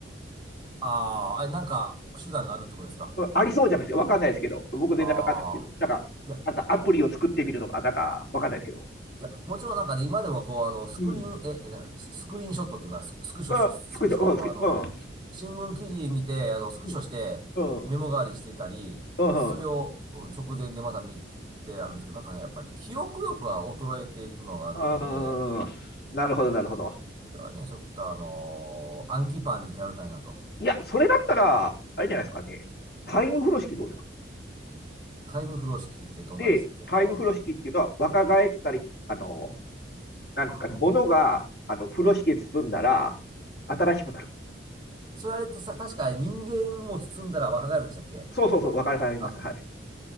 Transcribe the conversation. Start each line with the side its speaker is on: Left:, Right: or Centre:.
Right: ああー、あれ、なんか手段があるってことですか
Left: うんありそうじゃないですか。わかんないですけど。僕全然わかんないですけど。
Right: ああ
Left: なんか、
Right: ー。いや、
Left: なんかアプリを作ってみるとか、なんかわかんないですけど。
Right: いや、もちろんなんかね、今でもこう、あの、スクリーン、
Left: うん。
Right: え、えなススクリーンショットっていうのは、ススクショ、
Left: うん、
Right: スクスクショ、
Left: 作っちゃう。うん、作っうん
Right: あの、し新聞記事見て、あの、スクショして、
Left: うん。うん。
Right: メモ代わりにしてたり、
Left: うん。
Right: それを、うん、直前でまた見てあるんですけど、なんかね、やっぱり記憶力は衰えていくのがあるので、
Left: ああ、なるほど、なるほど。
Right: これはね、ちょっとあのー暗記パンに頼りたいなと。
Left: いや、それだったら、あれじゃないですかね。タイム風呂敷どうですか
Right: タイムフロー式ってどんなでしたっけ
Left: で、タイム風呂敷っていうのは若返ったり、あの、なんですかね、
Right: あ、
Left: 物が、あの、風呂敷で包んだら、新しくなる。
Right: それあれってさ、確か人間も包んだら若返るんでしたっけ
Left: そうそうそう、若返ります。
Right: あ、
Left: はい。